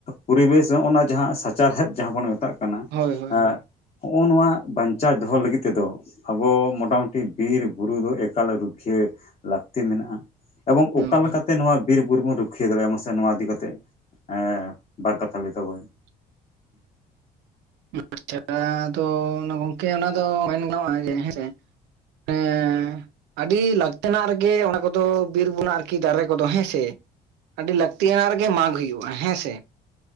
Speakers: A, on the left; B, on the right.
A: ᱯᱚᱨᱤᱵᱮᱥ ᱱᱚᱜᱼ ᱱᱟ ᱡᱟᱦᱟᱸ ᱥᱟᱪᱟᱨᱦᱮᱫ ᱡᱟᱦᱟᱸ ᱵᱚᱱ ᱢᱮᱛᱟᱜ ᱠᱟᱱᱟ
B: ᱦᱳᱭ ᱦᱳᱭ
A: ᱮᱜ
B: ᱦᱳᱭ
A: ᱦᱚᱜᱼᱚ ᱱᱚᱣᱟ ᱵᱟᱧᱪᱟᱣ ᱫᱚᱦᱚ ᱞᱟᱹᱜᱤᱫ ᱛᱮᱫᱚ ᱟᱵᱚ ᱢᱳᱴᱟᱢᱩᱴᱤ ᱵᱤᱨᱵᱩᱨᱩ ᱫᱚ ᱮᱠᱟᱞ ᱨᱩᱠᱷᱭᱤᱭᱟᱹ ᱞᱟᱹᱠᱛᱤ ᱢᱮᱱᱟᱜᱼᱟ ᱮᱵᱚᱝ
B: ᱦᱩᱸ
A: ᱚᱠᱟ ᱞᱮᱠᱟᱛᱮ ᱱᱚᱣᱟ ᱵᱤᱨᱵᱩᱨᱩ ᱵᱚᱱ ᱨᱩᱠᱷᱭᱤᱭᱟᱹ ᱫᱟᱲᱮᱭᱟᱜᱼᱟ ᱢᱟᱥᱮ ᱱᱚᱣᱟ ᱤᱫᱤ ᱠᱟᱛᱮᱜ ᱮ ᱵᱟᱨ ᱠᱟᱛᱷᱟ ᱞᱟᱹᱭ ᱛᱟᱵᱚᱱ?
B: <inaudible> ᱟᱪᱷᱟ ᱫᱚ ᱜᱚᱝᱠᱮ ᱚᱱᱟ ᱫᱚ ᱢᱮᱱ ᱜᱟᱱᱚᱜᱼᱟ ᱡᱮ ᱦᱮᱸ ᱥᱮ ᱦᱮᱸ ᱟᱹᱰᱤ ᱞᱟᱹᱠᱛᱤᱱᱟᱜ ᱨᱮᱜᱮ ᱚᱱᱟ ᱠᱚᱫᱚ ᱵᱤᱨ ᱵᱚᱱᱟ ᱟᱨᱠᱤ ᱫᱟᱨᱮ ᱠᱚᱫᱚ ᱦᱮᱸ ᱥᱮ ᱟᱹᱰᱤ ᱞᱟᱹᱠᱛᱤᱭᱟᱱᱟᱜ ᱨᱮᱜᱮ ᱢᱟᱜᱽ ᱦᱩᱭᱩᱜᱼᱟ ᱦᱮᱸᱥᱮ